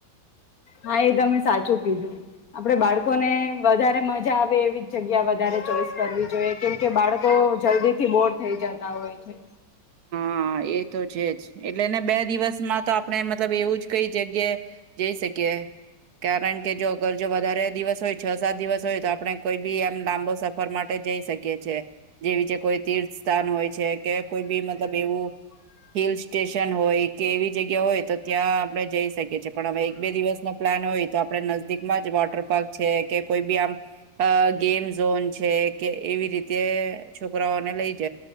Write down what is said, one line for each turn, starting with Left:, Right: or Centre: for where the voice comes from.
Left: હા એ તમે કીધું આપડે બાળકોને વધારે મજા આવે એવી જ જગ્યા વધારે ચોઈસ કરવી જોઈએ કેમકે બાળકો જલ્દી થી બોર થઈ જતા હોય છે
Right: હા, એ તો છે જ એટલે ને બે દિવસમાં તો આપણે મતલબ એવું જ કઈ જગ્યાએ જઈ શકીએ કારણ કે જો અગર જો વધારે દિવસ હોય છ, સાત દિવસ હોય તો આપણે કોઈ બી એમ લાંબો સફર માટે જઈ શકીયએ છે, જેવી જે કોઈ તીર્થ સ્થાન હોય છે, કે કોઈ બી મતલબ એવું હિલ સ્ટેશન હોય કે એવી જગ્યા હોય તો ત્યાં આપણે જઈ શકીએ છીએ, પણ હવે એક બે દિવસનો પ્લાન હોય તો આપણે નજદીકમાં જ વોટર પાર્ક છે, કે કોઈ બી આમ ગેમ ઝોન છે કે એવી રીતે છોકરાઓને લઈ જ